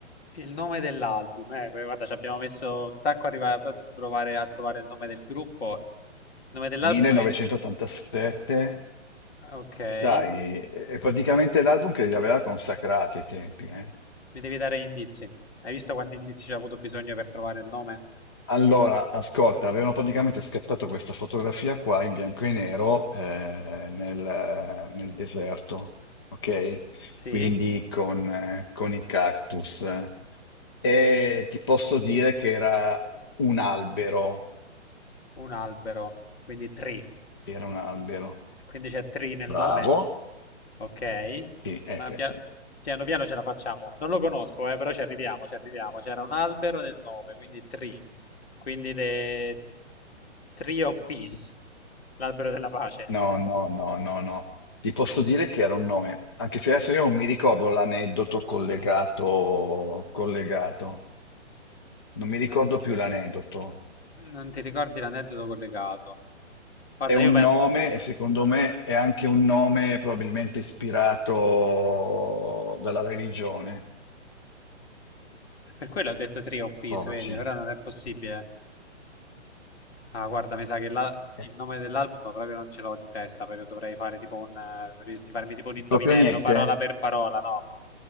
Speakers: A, on the left; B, on the left.
A: Il nome dell'album, eh, guarda, ci abbiamo messo un sacco a arrivare a provare a trovare il nome del gruppo. Il nome dell'album
B: 1987.
A: mi... de- Ok, mi
B: Dai, è praticamente l'album che li aveva consacrati ai tempi, eh?
A: devi dare gli indizi. Hai visto quanti indizi ci ha avuto bisogno per trovare il nome?
B: Allora, ascolta, avevano praticamente scattato questa fotografia qua in bianco e nero eh, nel, nel deserto, ok?
A: Sì,
B: Quindi con, eh, con i cactus. E ti posso dire che era un albero.
A: un albero, quindi tri.
B: Sì, era un albero.
A: Quindi c'è tri nel
B: Bravo.
A: nome? Ok,
B: Sì, eh,
A: ma
B: beh,
A: pia-
B: sì.
A: piano piano ce la facciamo. Non lo conosco, eh, però ci arriviamo, ci arriviamo. C'era un albero nel nome, quindi tree. Quindi the Tree of Peace, l'albero della pace.
B: No,
A: Non, so.
B: no, no, no, no. Ti posso dire che era un nome, anche se adesso io non mi ricordo l'aneddoto collegato, collegato. Non mi ricordo
A: Non-
B: più l'aneddoto.
A: non ti ricordi l'aneddoto collegato? Guarda,
B: È un
A: io penso...
B: nome e secondo me è anche un nome probabilmente ispirato dalla religione.
A: Per quello ho detto Tree of Peace,
B: Provaci.
A: vedi, però non è possibile. Ah, guarda, mi sa che la- il
B: Eh,
A: nome dell'album proprio non ce l'ho in testa, proprio dovrei fare tipo un... eh, Dovresti farmi tipo un indovinello
B: Proprio niente?
A: parola per parola, no?